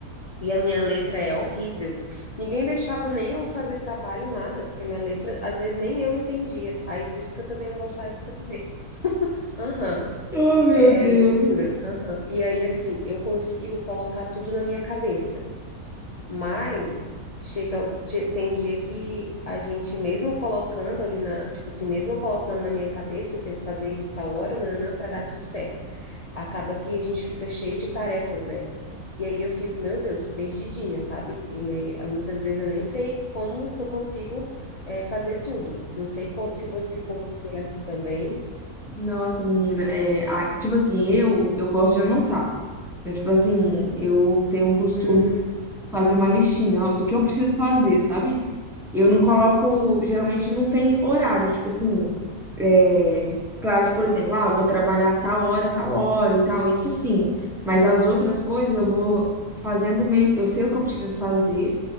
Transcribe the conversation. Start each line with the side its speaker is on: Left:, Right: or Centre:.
Left: E a minha letra é horrível. Ninguém deixava nem eu fazer trabalho, nada, porque a minha letra, às vezes, nem eu entendia. Aí, por isso que eu também não gostava de escrever. Aham.
Centre: oh meu
Left: É,
Centre: Deus.
Left: é loucura. aham. E aí, assim, eu consigo colocar tudo na minha cabeça, mas chega, o- che- tem dia que a gente, mesmo colocando ali na, tipo assim, mesmo eu colocando na minha cabeça, eu tenho que fazer isso tal hora, nanã, para dar tudo certo. Acaba que a gente fica cheio de tarefas, né? E aí eu fico, meu Deus, perdidinha, sabe? E, ah, muitas vezes eu nem sei como que eu consigo, eh, fazer tudo. Não sei co- se você, com você é assim também.
Centre: Nossa, menina, é, a- tipo assim, eu eu gosto de anotar. Eu, tipo assim, eu tenho um costume
Left: Hum,
Centre: fazer uma listinha ó, do que eu preciso fazer, sabe? Eu não coloco,
Left: sim.
Centre: geralmente não tem horário, tipo assim, é, claro que, por exemplo, ah, vou trabalhar tal hora, tal hora e tal, isso sim, mas as outras coisas eu vou fazendo meio, eu sei o que eu preciso fazer,